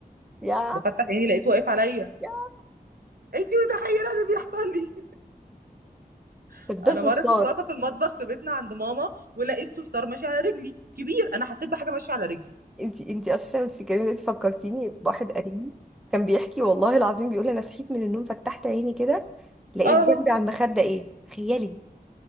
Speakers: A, in the centre; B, on the right.
A: يا
B: بفتح عيني لقيته واقف عليا
A: يا
B: انتي متخيلة اللي بيحصل لي <laughs>
A: بتدوسي
B: انا مرة
A: بصار
B: كنت واقفة في المطبخ في بيتنا عند ماما ولقيت صرصار ماشي على رجلي كبير انا حسيت بحاجة ماشية على رجلي
A: انتي انتي اساسا وانتي بتتكلمي دلوقتي فكرتيني بواحد قريبي كان بيحكي والله العظيم بيقول انا صحيت من النوم فتحت عيني كده لقيت
B: اه
A: جنبي على المخده ايه تخيلي